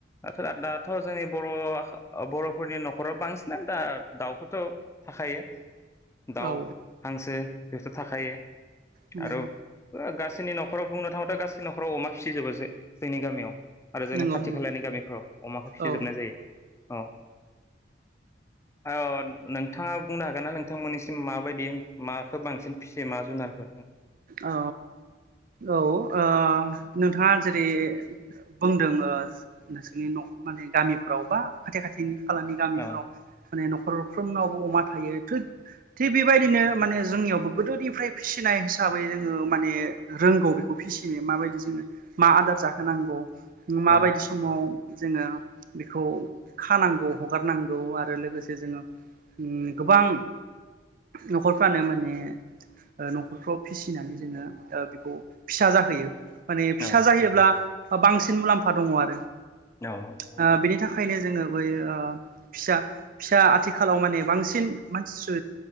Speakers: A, on the left (about 15°); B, on the right (about 50°).
A: दाथ' दाथ' जोंनि बर' बर'फोरनि न'खराव बांसिनानो दा दाउखौथ' थाखायो‌ दाउ
B: औ
A: हांसो बेथ' थाखायो।
B: नंगौ
A: आरो गा सोनि नख खराव बुंनो थाङोबाथ' गासै नखराव अमा फिसिजोबो जोंनि गामियाव। आरो जोंनि
B: नंगौ
A: खाथि
B: नंगौ
A: खालानि गामिफोराव अमाखो फिसिजोबनाय
B: औ
A: जायो। औ औ नोंथाङा बुंनो हागोन ना नोंथांमोननिसिम माबायदि माखो बांसिन फिसियो मा जुनारखो?
B: औ औ ओ नोंथाङा जेरै बुंदों ओ नोंसोरनि न' माने गामिफ्राव बा खाथि खाथिनि खालानि गामिफोराव
A: औ
B: माने न'खरफ्रोमनावबो अमा थायो थिग बेबायदिनो माने जोंनियावबो गोदोनिफ्राय फिसिनाय हिसाबै जोङो माने रोंगौ बेखौ फिसिनो माबायदि जोङो मा आदार जाहोनांगौ। माबायदि
A: औ
B: समाव जोङो बेखौ खानांगौ हगारनांगौ आरो लोगोसे जोङो गोबां न'खरफ्रानो माने ओ न'खर फ्राव फिसिनानै जोङो बेखौ फिसा जाहोयो। माने फिसा
A: औ
B: जायोब्ला बांसिन मुलाम्फा दङ आरो ।
A: औ
B: ओ बेनि थाखायनो जोङो । फिसा फिसा आथिखालाव माने बांसिन मानसि